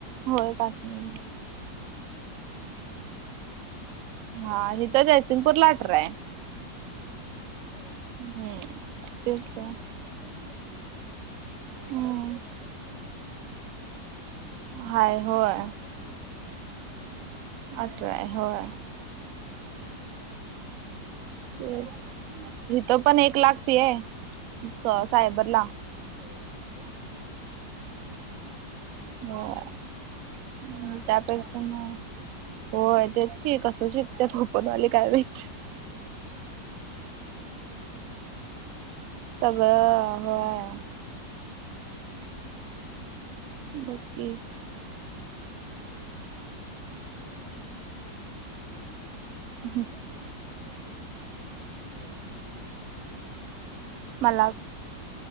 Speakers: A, on the right; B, on the left.
A: होय
B: मला
A: काश्मीर
B: पण तसचं बोल ले वीस पंचवीस वीस पर्यंत जार्ईल.
A: हां हित जयसिंगपूर ला अटराय.
B: हा होय
A: हम्म
B: अटरा
A: तेच
B: म्हणजे
A: काय
B: कसं ते तुला तिथ किती माईतय काय अ
A: हम्म
B: ओपनला एटी थाउंजंड कां नायटी थाउंजंड फी आहे
A: हाय
B: आणि
A: होय.
B: कास्टमध्ये म्हटलं तर आटरा आहे.
A: अटरा आहे होय.
B: हां. असंय.
A: तेच इथं पण एक लाख फी आहे.
B: कुठे?
A: सायबरला
B: होय ओपनला एक लाख आहे.
A: होय
B: हम्म भरपूरच
A: त्या पेक्षा मग
B: आहे पण
A: होय तेच की कसं शिकत्यात ओपनवाले काय माहित?
B: खरच <unintelligible> त्यांचं अवघडच आहे ग सवलत नाही.
A: सगळं होय.
B: चहा नु हो गड्या हम्म
A: बघ की
B: आज च मला आता प मला आता अस वाटा लागली की मी कास्ट मध्ये आहे ते बरं आहे.
A: हम्म हं.
B: फक्त मी स्कॉलरशिपचे डा डॉक्युमेंट्स गोळा करतांना कंटाळा आलता. एक मिनिटं
A: मला
B: काय ग?